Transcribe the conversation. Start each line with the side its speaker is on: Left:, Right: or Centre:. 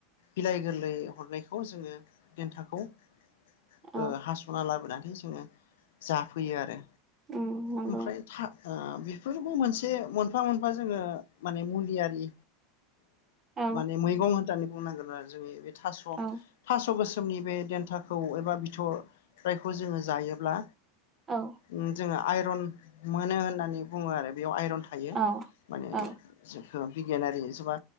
Left: बिलाइ गोरलै हरनायखौ जोङो। देन्थाखौ ओ
Right: औ
Left: हास'ना लाबोनानै जोङो जाफैयो आरो।
Right: उम नंगौ
Left: ओमफ्राय था आ बेफोरबो मोनसे मोनफा मोनफा जोङो माने मुलियारि
Right: औ
Left: माने मैगं होननानै बुंनांगोन आरो जोंनि बे थास'
Right: औ
Left: थास' गोसो मनि बे देन्थाखौ एबा बिथ'राइखौ जोङो जायोब्ला
Right: औ
Left: उ जोङो आइरन मोनो होननानै बुङो आरो बियाव आइरन थायो
Right: औ
Left: माने
Right: औ
Left: जों जा बिगियानारि जेबा